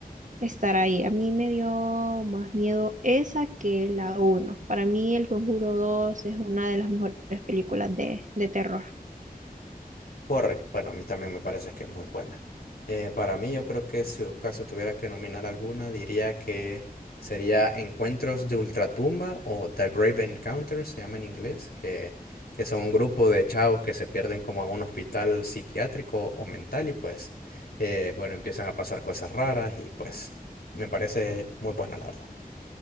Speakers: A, on the right; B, on the left.
A: estar ahí. A mí me dio más miedo esa que la uno. Para mí El Conjuro dos es una de las mejores películas de, de terror.
B: Correcto. Bueno, a mí también me parece que es muy buena. Eh, para mí, yo creo que si en caso tuviera que nominar alguna, diría que sería Encuentros de Ultratumba o The Grave Encounters, se llama en inglés, que, que son un grupo de chavos que se pierden como en un hospital psiquiátrico o mental y pues, eh, bueno, empiezan a pasar cosas raras y pues me parece muy buena, la verdad.